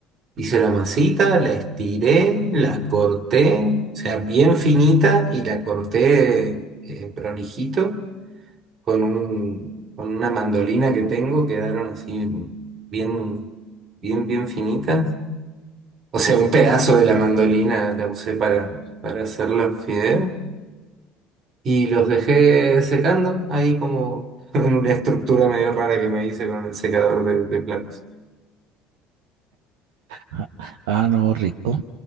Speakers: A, on the right (about 45°); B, on the right (about 70°).
A: Hice la masita, la estiré, la corté, o sea, bien finita y la corté eh, prolijito con un, con una mandolina que tengo, quedaron así bien, bien, bien finitas. O sea, un pedazo de la mandolina la usé para, para hacer los fideos y los dejé secando ahí como <laughs> en una estructura medio rara que me hice con el secador de, de platos.
B: Ah, ah, no, rico,